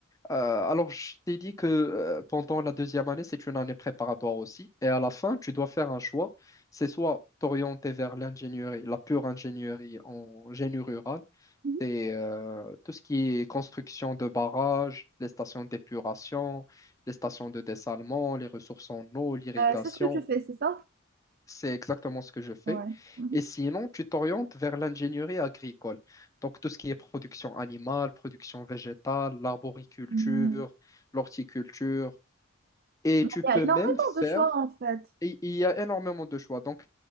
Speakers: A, on the left; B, on the right.
A: Euh, alors, je t'ai dit que euh, pendant la deuxième année, c'est une année préparatoire aussi. Et à la fin, tu dois faire un choix. C'est soit t'orienter vers l'ingénierie, la pure ingénierie en génie rural,
B: Mhm.
A: c'est euh, tout ce qui est construction de barrages, les stations d'épuration, les stations de dessalement, les ressources en eau, l'irrigation.
B: Euh, c'est ce que tu fais, c'est ça?
A: C'est exactement ce que je fais.
B: Ouais. Mhm.
A: Et sinon, tu t'orientes vers l'ingénierie agricole. Donc, tout ce qui est production animale, production végétale, l'arboriculture,
B: Mhm.
A: l'horticulture. Et
B: Mais
A: tu
B: Il
A: peux
B: y a énormément
A: même faire,
B: de choix en fait.
A: et il y a énormément de choix. Donc,